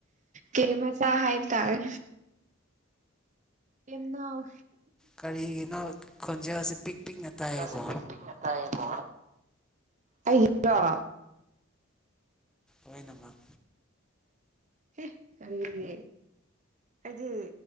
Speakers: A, on the right; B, in the centre.
A: ꯀꯦꯝ ꯃꯆꯥ ꯍꯥꯏꯕ ꯇꯥꯔꯦ ꯀꯦꯝꯅꯥꯎ
B: ꯀꯔꯤꯒꯤꯅꯣ ꯈꯣꯟꯖꯦꯜꯁꯤ ꯄꯤꯛ ꯄꯤꯛꯅ ꯇꯥꯏꯌꯦꯀꯣ
A: ꯄꯁꯦ ꯄꯤꯛ ꯄꯤꯛꯅ ꯇꯥꯏꯌꯦꯀꯣ ꯑꯩꯒꯤꯗꯨꯔꯣ
B: ꯂꯣꯏꯅꯃꯛ
A: ꯍꯦ ꯀꯔꯤꯒꯤ ꯑꯩꯗꯤ